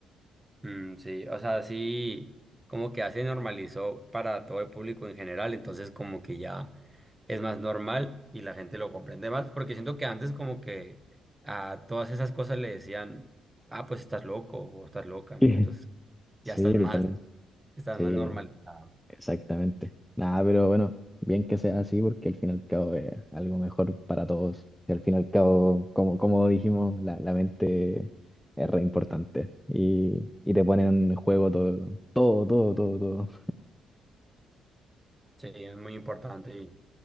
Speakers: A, on the right (about 15°); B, in the centre.
A: Mm, sí, o sea, sí, como que ya se normalizó para todo el público en general, entonces como que ya es más normal y la gente lo comprende más, porque siento que antes como que a todas esas cosas le decían, ah, pues estás loco o estás loca,
B: Sí,
A: ¿no? Entonces ya
B: Sí,
A: estás más,
B: totalmente.
A: estás
B: Sí,
A: más normalizado.
B: exactamente. Nada, pero bueno, bien que sea así porque al fin y al cabo es algo mejor para todos. Y al fin y al cabo, como, como dijimos, la, la mente es re importante. Y, y te ponen en juego todo, todo, todo, todo, todo.
A: Sí, es muy importante y,